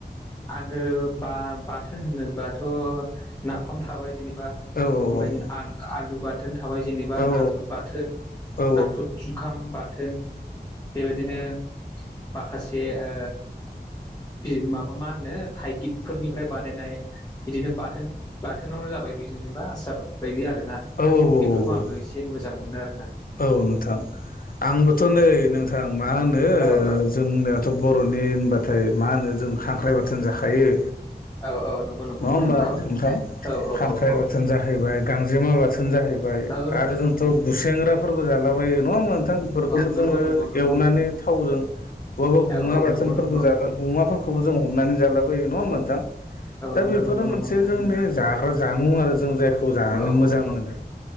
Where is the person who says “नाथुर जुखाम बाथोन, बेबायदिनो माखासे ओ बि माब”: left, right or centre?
Left